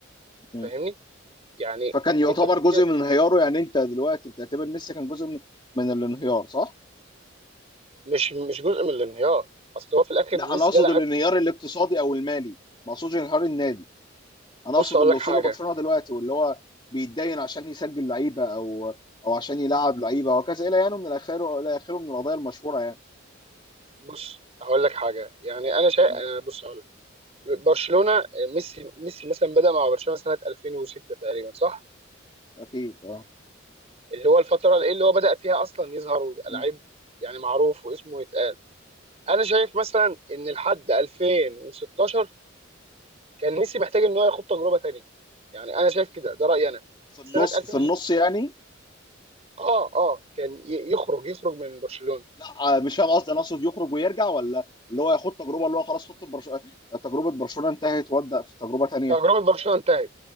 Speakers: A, on the left; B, on the right.
A: مم.
B: فاهمني يعني
A: فكان يعتبر
B: انت بتتكلم
A: جزء من انهياره يعني انت دلوقتي بتعتبر ميسي كان جزء من, من الانهيار صح؟
B: مش مش جزء من الانهيار اصل هو في الاخر
A: لا
B: ميسي
A: انا اقصد
B: ده لاعب
A: الانهيار الاقتصادي او المالي ما اقصدش انهيار النادي انا
B: بص
A: اقصد
B: اقول
A: اللي
B: لك
A: وصل
B: حاجه
A: لبرشلونه دلوقتي واللي هو بيتدين عشان يسجل لعيبه او او عشان يلعب لعيبه وكذا الى يعني من الاخر الى اخره من القضايا المشهوره يعني
B: بص هقول لك حاجه يعني انا شايف
A: مم.
B: بص هقول لك برشلونه آه، ميسي ميسي مثلا بدا مع برشلونه سنه 2006 تقريبا صح
A: اكيد اه
B: اللي هو الفتره اللي إيه اللي هو بدا فيها اصلا يظهر ويبقى
A: مم.
B: لعيب يعني معروف واسمه يتقال انا شايف مثلا ان لحد 2016 كان ميسي محتاج ان هو ياخد تجربه تانيه يعني انا شايف كده ده رايي انا
A: في النص
B: سنه 2006
A: في النص يعني
B: اه اه كان ي- يخرج يخرج من برشلونه
A: لا آه، مش فاهم قصدي انا اقصد يخرج ويرجع ولا اللي هو ياخد تجربه اللي هو خلاص خط برشلونه تجربه برشلونه انتهت وابدا في تجربه تانيه
B: تجربه برشلونه انتهت